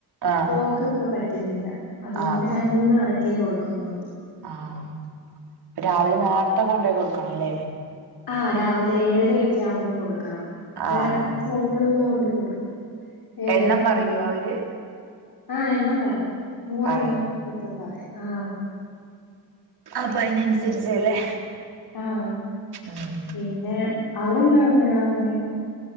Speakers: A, on the right (about 65°); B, on the left (about 60°).
A: ആഹ്
B: പോക്ക് ഒക്കെ പറ്റുന്നില്ല അതുകൊണ്ട്
A: ആഹ് ആഹ്
B: രണ്ട് മൂന്ന് കടക്കേ കൊടുക്കുന്നുള്ളു.
A: ആഹ് പ്പൊ രാവിലെ നേരത്തെ കൊണ്ടേ കൊടുക്കണംല്ലേ?
B: ആഹ് രാവിലെ ഏഴരയൊക്കെ ആവുമ്പോ കൊടുക്കണം ഇവിടെ
A: ആഹ്
B: സ് സൈക്കിളില് കൊണ്ട് കൊടുക്കും ഏഴര
A: എണ്ണം പറയോ
B: ആവുമ്പോ
A: അവര്
B: ആഹ് എണ്ണം പറയും. നൂറെണ്ണം
A: പറയും
B: ഒക്കെ പറയും ആഹ്.
A: അപ്പ അയിനനുസരിച്ചല്ലേ?
B: ആഹ്
A: ഉം
B: പിന്നെ അവിടെ എന്തുവാരിന്ന് രാവിലെ?